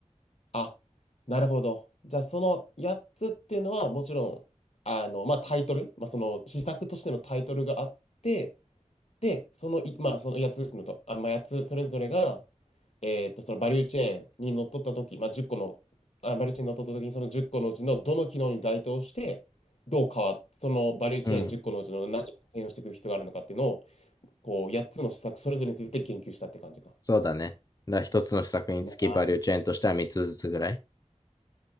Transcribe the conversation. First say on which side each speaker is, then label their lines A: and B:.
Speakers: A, on the left; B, on the left.
A: あ、なるほど。じゃあ、その8つっていうのは、もちろん、あの、まあ、タイトル、まあ、その、施策としてのタイトルがあって、で、そのい、まあ、その8つのと、あ、まあ、8つそれぞれが、えーっと、そのバリューチェーンにのっとったとき、まあ、10個の、あ、バリューチェーンにのっとったときに、その10個のうちのどの機能に該当して、どう変わっ、そのバリューチェーン10個のうちの何を変容していく必要があるのかっていうのを、
B: うん。
A: こう、8つの施策それぞれについて言及したって感じか。
B: そうだね。だから一つの施策につきバリューチェーンとしては3つずつぐらい。
A: な